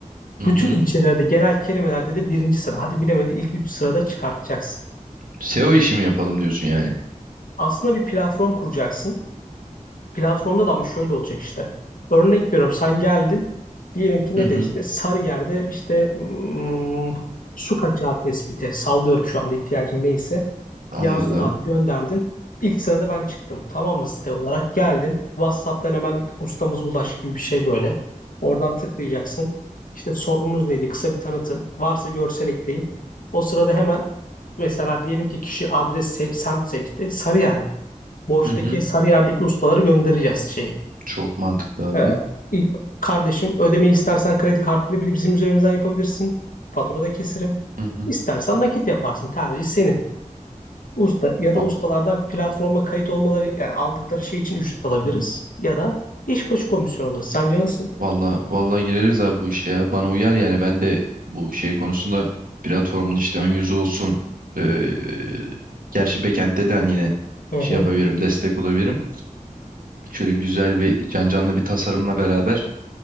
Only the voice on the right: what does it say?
Hı
hı.
SEO işi mi yapalım diyorsun yani?
Hı hı.
Anladım.
Hı hı.
Çok mantıklı abi.
Hı hı.
Va-
hı hı.
Valla valla gireriz abi bu işe ya. Bana uyar yani ben de bu şey konusunda platformun işte ön yüzü olsun. eee, gerçi backend'de de hani yine
şey
yapabilirim, destek olabilirim. Şöyle güzel bir can canlı bir tasarımla beraber